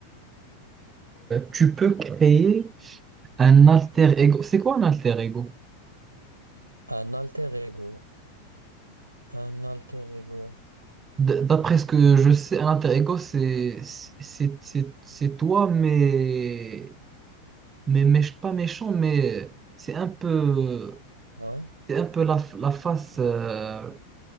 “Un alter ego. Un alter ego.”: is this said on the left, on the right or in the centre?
Right